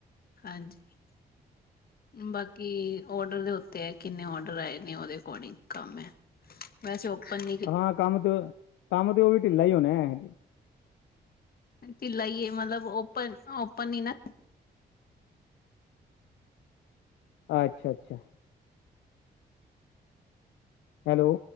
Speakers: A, on the left (about 55°); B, on the left (about 85°).
A: ਹਾਂਜੀ ਬਾਕੀ ਔਡਰ ਦੇ ਉੱਤੇ ਐ ਕਿੰਨੇ ਔਡਰ ਆਏ ਨੇ ਉਹਦੇ ਅਕੋਰਡਿੰਗ ਕੰਮ ਐ ਵੈਸ ਓਪਨ ਨੀ
B: ਹਾਂ ਕੰਮ ਤੇ ਕੰਮ ਤੇ ਉਹ ਵੀ ਢਿੱਲਾ ਹੀ ਹੋਣਾ ਐ
A: ਢਿੱਲਾ ਹੀ ਏ ਮਲਬ ਓਪਨ ਓਪਨ ਨੀ ਨਾ
B: ਅੱਛਾ ਅੱਛਾ ਹੈਲੋ